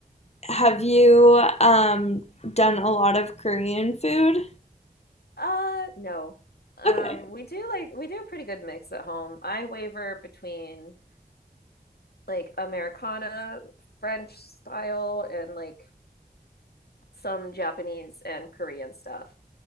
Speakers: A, on the left (about 40°); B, on the left (about 85°).
A: Have you um done a lot of Korean food?
B: Uh, no. Um,
A: Okay.
B: we do like we do a pretty good mix at home. I waver between like Americana, French style, and like some Japanese and Korean stuff.